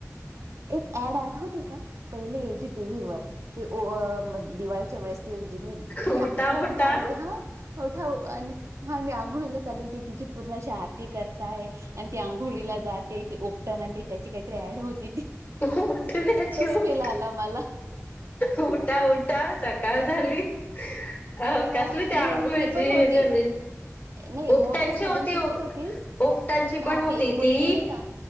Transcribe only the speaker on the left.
उठा
उठा
उठण्याची
उठ
उठा उठा सकाळ. झाली अ
कसली ते
आंघोळीची
वेळ
हे झाली.
ओपटांची
होती ओ
ओपटांची
पण होती
ती